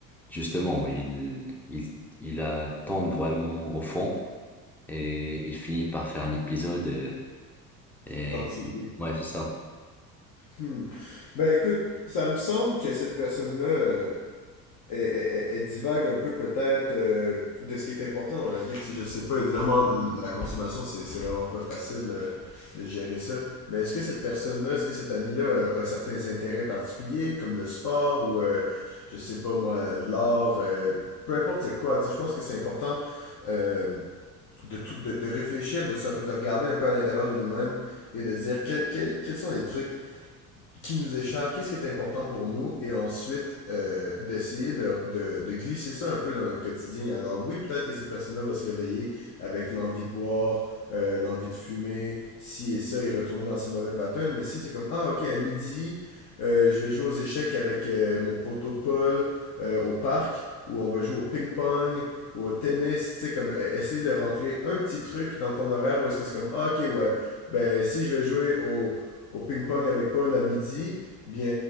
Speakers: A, in the centre; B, on the left.
A: justement, il, il, il a, tombe vraiment au fond et il finit par faire un épisode euh, et,
B: d'anxiété.
A: ouais, c'est ça.
B: Hmm. Ben écoute, ça me semble que cette personne-là, euh, elle, elle- elle divague un peu peut-être euh, de ce qui est important dans la vie. Tu sais, je sais pas, évidemment, l- la consommation, c'est c'est vraiment pas facile euh, de gérer ça. Mais est-ce que cette personne-là, est-ce que cet ami-là euh, a, certains intérêts particuliers, comme le sport ou, euh, je sais pas moi, l'art, euh, peu importe c'est quoi. Tu sais, je pense que c'est important euh, de, tout- de, de réfléchir, de, se- de regarder un peu à l'intérieur de nous-mêmes et de dire que- que- quels sont les trucs qui nous est cher, qu'est-ce qui est important pour nous, et ensuite euh, d'essayer de, de- de glisser ça un peu dans notre quotidien. Alors oui, peut-être que cette personne-là va se réveiller avec l'envie de boire, euh, l'envie de fumer, ci et ça, et retourner dans ses mauvais patterns, mais si c'est comme, ah ok, à midi, euh, je vais jouer aux échecs avec euh, mon poteau Paul euh, au parc, ou on va jouer au ping-pong, ou au tennis, tu sais, comme euh, essayer de rentrer un petit truc dans ton horaire où est-ce que c'est comme, ah ok, ouais, ben si je vais jouer au au ping-pong avec Paul à midi, bien,